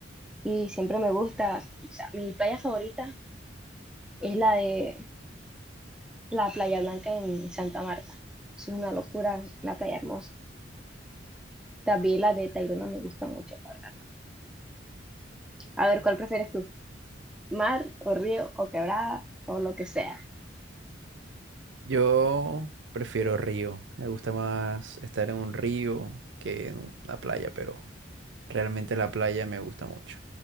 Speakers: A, in the centre; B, on the right.
A: Y siempre me gusta, o sea, mi playa favorita es la de la Playa Blanca en Santa Marta. Es una locura, la playa hermosa. También la de Tayrona me gusta mucho. la verdad. A ver, ¿cuál prefieres tú? ¿Mar o río o quebrada o lo que sea?
B: Yo prefiero río. Me gusta más estar en un río que en una playa, pero realmente la playa me gusta mucho.